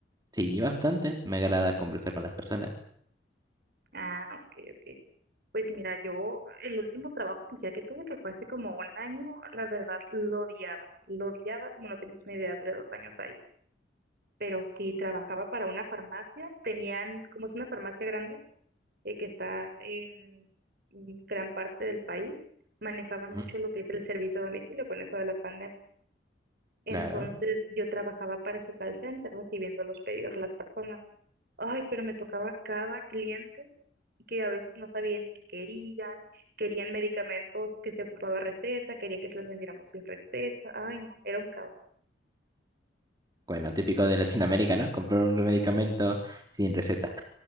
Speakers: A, on the right; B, on the right.
A: Sí, bastante. Me agrada conversar con las personas.
B: Ah, ok, ok. Pues mira, yo el último trabajo oficial que tuve, que fue hace como un año, la verdad lo odiaba. Lo odiaba como no tienes una idea, duré dos años ahí. Pero sí, trabajaba para una farmacia. Tenían, como es una farmacia grande, eh, que está en gran parte del país, manejaban mucho
A: Mm,
B: lo que es el servicio a domicilio con eso de la pandemia. Entonces
A: Claro.
B: yo trabajaba para su call center recibiendo los pedidos de las personas. Ay, pero me tocaba cada cliente que a veces no sabía ni qué querían, querían medicamentos que se ocupaba receta, querían que se los vendiéramos sin receta. Ay, no, era un caos.
A: Bueno, típico de Latinoamérica, ¿no? Comprar un medicamento sin receta.